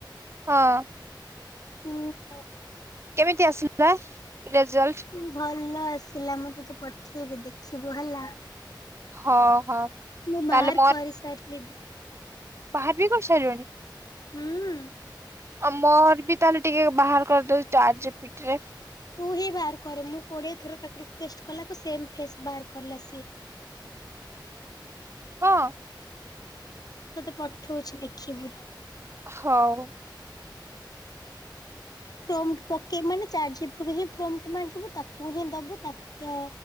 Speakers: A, on the right; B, on the left.
A: ହଁ,
B: ହୁଁ,
A: କେମିତି ଆସିଲା ରେଜଲ୍ଟ?
B: ଭଲ ଆସିଲା ମୁଁ ତୋତେ ପଠେଇବି ଦେଖିବୁ ହେଲା।
A: ହଁ ହଁ,
B: ମୁଁ
A: ତାହେଲେ
B: ମାର୍କ
A: ମୋର
B: କରିସାରିଲିଣି।
A: ବାହାର ବି କରି ସାରିଲୁଣି?
B: ହୁଁ,
A: ଆଉ ମୋର ବି ତାହେଲେ ଟିକେ ବାହାର କରିଦଉଛି ଚାଟ ଜି ପି ଟି ରେ।
B: ତୁ ହିଁ ବାହାର କରିବୁ ମୁଁ କୋଡିଏ ଥର ତାକୁ ରିକ୍ୟୁଷ୍ଟ୍ କଲାକୁ ସେମ୍ ଫେସ୍ ବାହାର କଲା ସିଏ।
A: ହଁ,
B: ତତେ ପଠଉଛି ଦେଖିବୁ।
A: ହଉ,
B: ତମ୍ ପକେ ମାନେ ଚା ଜି ପି ତୁ ହିଁ ପ୍ରୋମ୍ଟ୍ ମାଗିବ ତାକୁ ହିଁ ଦବୁ ତାକ